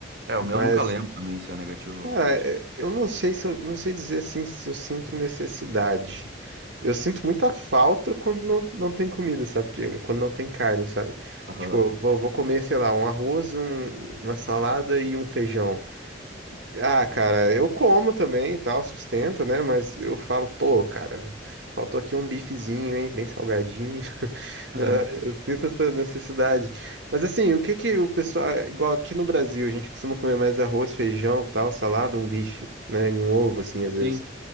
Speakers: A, on the right; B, on the right.
A: é, o meu
B: Mas,
A: eu nunca lembro também se é negativo
B: cara,
A: ou positivo.
B: é- eu não sei se eu não sei dizer assim se eu sinto necessidade. Eu sinto muita falta quando não, não tem comida, sabe? De- Quando não tem carne, sabe?
A: Aham.
B: Tipo, eu vou, vou comer, sei lá, um arroz, um- uma salada e um feijão. Ah, cara, eu como também e tal, sustento, né? Mas eu falo, pô, cara, faltou aqui um bifezinho, hein? Bem salgadinho. <laughs>
A: <laughs>
B: Ah, Eu sinto essa necessidade. Mas assim, o que que o pessoal, igual aqui no Brasil, a gente costuma comer mais arroz, feijão, tal, salada, um bife, né? E um ovo, assim, às vezes.
A: Sim.